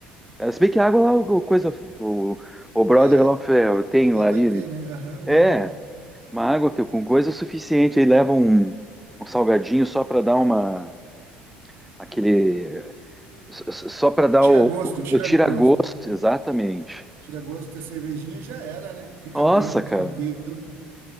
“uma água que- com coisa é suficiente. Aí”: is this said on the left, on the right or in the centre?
Centre